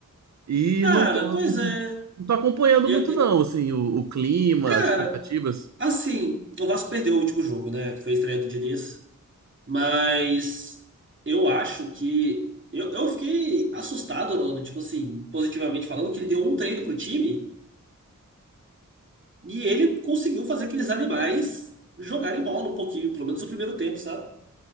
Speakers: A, on the right; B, on the right.
A: E
B: Cara,
A: não tô,
B: pois
A: não tô,
B: é.
A: não tô acompanhando
B: Eu-
A: muito,
B: eu-
A: não, assim, o, o clima,
B: cara,
A: as expectativas.
B: assim, o Vasco perdeu o último jogo, né? Que foi a estreia do Diniz. Mas eu acho que. Eu, eu fiquei assustado, Aldo, tipo assim, positivamente falando, que ele deu um treino pro time e ele conseguiu fazer aqueles animais jogarem bola um pouquinho, pelo menos no primeiro tempo, sabe?